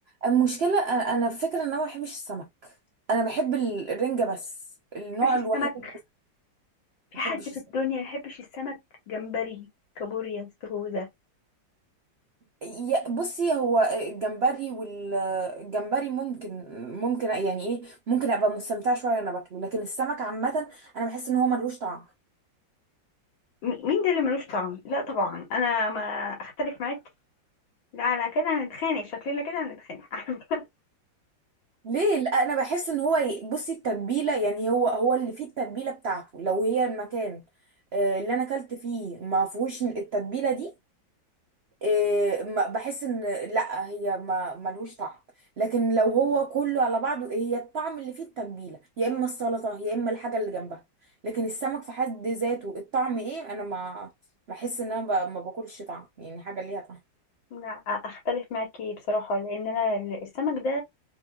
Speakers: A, on the right; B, on the left.
A: المشكله انا أنا الفكره ان انا ما بحبش السمك انا بحب ال- الرنجة بس النوع
B: بحبش السمك
A: الوحيد اللي بس-
B: في
A: ما بحبش
B: حد في
A: السمك
B: الدنيا ما يحبش السمك جمبري كابوريا استاكوزا
A: يا- بصي هو الجمبري والجمبري ممكن ممكن يعني ايه ممكن ابقى مستمتعه شويه وانا باكله لكن السمك عامه انا بحس ان هو ملهوش طعم
B: م- مين ده اللي ملوش طعم لا طبعا انا ما اختلف معاك لا على كده هنتخانق شكلنا كده هنتخانق <laughs>
A: ليه لا انا بحس ان هو ي- بصي التتبيله يعني هو هو اللي فيه التتبيله بتاعته لو هي المكان آه، اللي انا اكلت فيه ما فيهوش التتبيله دي آه، ما- بحس ان لا هي ما ملهوش طعم لكن لو هو كله على بعضه هي الطعم اللي فيه التتبيله يا اما السلطه يا اما الحاجه اللي جنبها لكن السمك في حد ذاته الطعم ايه انا ما بحس ان انا ب- ما باكلش طعم يعني حاجه ليها طعم
B: لا اختلف معاكي بصراحه لان انا السمك ده